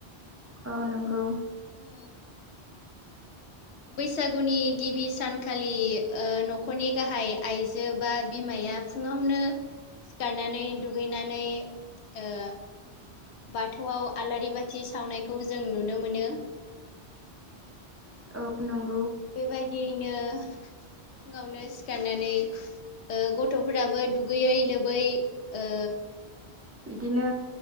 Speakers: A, on the right; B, on the left.
A: औ नंगौ।
B: औ बैसागुनि गिबि सानखालि न'खरनि गाहाय आइजो बा बिमाया फुङावनो सिखारनानै दुगैनानै ओ बाथौआव आलारि बाथि सावनायखौ जों नुनो मोनो।
A: औ <unintelligible>
B: बेबायदियैनो फुङावनो सिखारनानै गथ'फोराबो दुगैयै लोबै ओ
A: बिदिनो